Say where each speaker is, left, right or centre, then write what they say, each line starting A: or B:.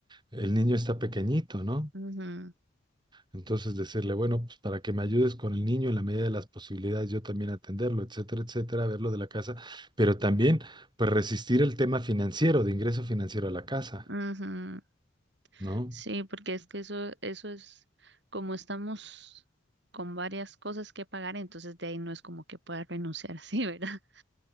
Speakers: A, on the right (about 25°); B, on the right (about 60°).
A: el niño está pequeñito, ¿no?
B: Ujú,
A: Entonces decirle, bueno, pues para que me ayudes con el niño en la medida de las posibilidades, yo también atenderlo, etcétera, etcétera, verlo de la casa, pero también, pues resistir el tema financiero, de ingreso financiero a la casa,
B: ujú.
A: ¿no?
B: Sí, porque es que eso, eso es como estamos con varias cosas que pagar, entonces de ahí no es como que pueda renunciar <laughs> así, ¿verdad?